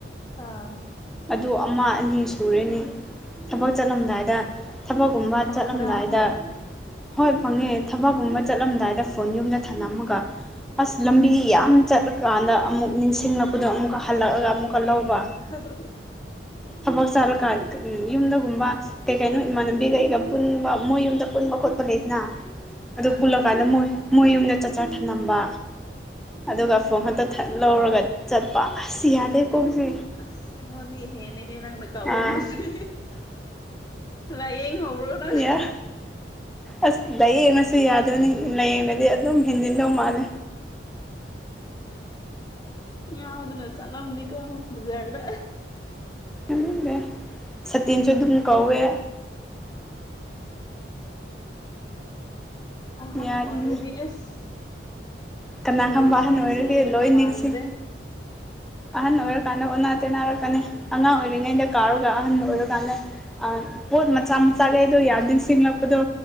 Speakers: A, on the left; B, in the centre.
A: ꯑꯥ
B: ꯑꯗꯨ ꯑꯃ ꯑꯅꯤ ꯁꯨꯔꯦꯅꯤ ꯊꯕꯛ
A: ꯑꯁ
B: ꯆꯠꯂꯝꯗꯥꯏꯗ ꯊꯕꯛꯀꯨꯝꯕ
A: ꯐꯪꯕ꯭ꯔꯥ
B: ꯆꯠꯂꯝꯗꯥꯏꯗ
A: ꯑꯃꯨꯛ
B: ꯍꯣꯏ ꯐꯪꯉꯦ ꯊꯕꯛꯀꯨꯝꯕ ꯆꯠꯂꯝꯗꯥꯏꯗ ꯐꯣꯟ ꯌꯨꯝꯗ ꯊꯅꯝꯃꯥꯒ ꯑꯁ ꯂꯝꯕꯤ ꯌꯥꯝ ꯆꯠꯂꯀꯥꯟꯗ ꯑꯃꯨꯛ ꯅꯤꯡꯁꯤꯡꯂꯛꯄꯗꯣ ꯑꯃꯨꯛꯀ ꯍꯜꯂꯛꯑꯒ ꯑꯃꯨꯛꯀ ꯂꯧꯕ
A: <unintelligible>
B: ꯊꯕꯛ ꯆꯠꯂꯀꯥꯟ ꯌꯨꯝꯗꯒꯨꯝꯕ ꯀꯩ ꯀꯩꯅꯣ ꯏꯃꯥꯟꯅꯕꯤꯒ ꯑꯩꯒ ꯄꯨꯟꯕ ꯃꯣꯏ ꯌꯨꯝꯗ ꯄꯨꯟꯕ ꯈꯣꯠꯄ ꯂꯩꯗꯅ ꯑꯗꯨ
A: ꯑꯥ
B: ꯄꯨꯜꯂꯀꯥꯟꯗ ꯃꯣꯏ ꯃꯣꯉꯏ ꯌꯨꯝꯗ ꯆꯥꯆꯔ ꯊꯅꯝꯕ ꯑꯗꯨꯒ ꯐꯣꯟ ꯈꯛꯇ ꯊꯠ ꯂꯧꯔꯒ ꯆꯠꯄ ꯑꯁ ꯌꯥꯗꯦ ꯀꯣꯛꯁꯦ
A: ꯑꯁ ꯑꯩꯉꯣꯟꯗꯥꯒꯤ ꯍꯦꯟꯂꯦꯅꯦ ꯅꯪꯅ ꯀꯥꯎꯒꯟꯕꯁꯦ
B: ꯑꯥ
A: ꯂꯥꯏꯌꯦꯡ ꯍꯧꯔꯣ ꯅꯪ
B: ꯌꯥ ꯑꯁ ꯂꯥꯏꯌꯦꯡꯉꯁꯨ ꯌꯥꯗꯦꯅꯦ ꯂꯥꯏꯌꯦꯡꯗꯗꯤ ꯑꯗꯨꯝ ꯍꯦꯟꯖꯤꯟꯗꯧ ꯃꯥꯜꯂꯦ
A: ꯉꯥꯎꯗꯅ ꯆꯠꯂꯝꯅꯤꯀꯣ ꯕꯖꯥꯔꯗ
B: ꯇꯥꯅꯤꯗꯦ ꯁꯇꯤꯟꯁꯨ ꯑꯗꯨꯝ ꯀꯧꯋꯦ
A: ꯑꯍꯟ
B: ꯌꯥꯗꯣꯏꯅꯤ
A: ꯑꯣꯏꯔꯗꯤ ꯑꯁ
B: ꯀꯅꯥ
A: ꯀꯔꯤꯁꯨ
B: ꯈꯪꯕ ꯑꯍꯟ
A: ꯅꯤꯡꯁꯤꯡꯒꯗꯕ
B: ꯑꯣꯏꯔꯒꯦ ꯂꯣꯏ
A: ꯃꯥꯟꯗ꯭ꯔꯦ
B: ꯅꯤꯡꯁꯤ ꯑꯍꯟ ꯑꯣꯏꯔꯀꯥꯟꯗ ꯑꯣꯅꯥ ꯇꯦꯟꯅꯔꯛꯀꯅꯤ ꯑꯉꯥꯡ ꯑꯣꯏꯔꯤꯉꯩꯗ ꯀꯥꯎꯔꯒ ꯑꯍꯟ ꯑꯣꯏꯔꯀꯥꯟꯗ ꯑ ꯄꯣꯠ ꯃꯆꯥ ꯃꯆꯥꯒꯩꯗꯣ ꯌꯥꯝ ꯅꯤꯡꯁꯤꯂꯛꯄꯗꯣ